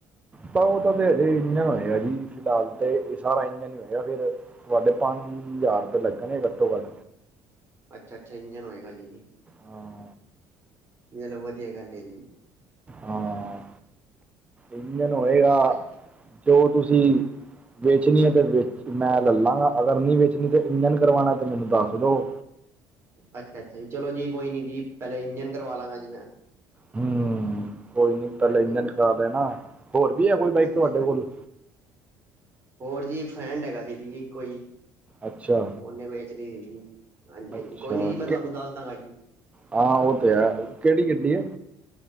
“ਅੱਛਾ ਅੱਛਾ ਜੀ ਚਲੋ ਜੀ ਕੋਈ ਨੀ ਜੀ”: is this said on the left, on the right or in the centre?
Right